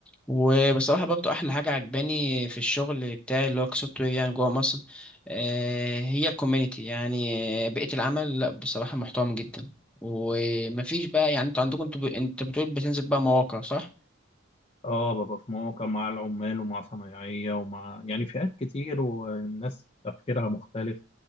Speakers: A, in the centre; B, on the left.
A: وبصراحة برضو أحلى حاجة عجباني في الشغل بتاعي اللي هو كسوفت وير يعني جوه مصر آه، هي الكوميونيتي يعني آه، بيئة العمل لا بصراحة محترم جدا ومفيش بقى يعني انتوا عندكم انتوا ب... انت بتقول بتنزل بقى مواقع صح؟
B: اه ببقى في مواقع مع العمال ومع صنايعية ومع يعني فئات كتير والناس تفكيرها مختلف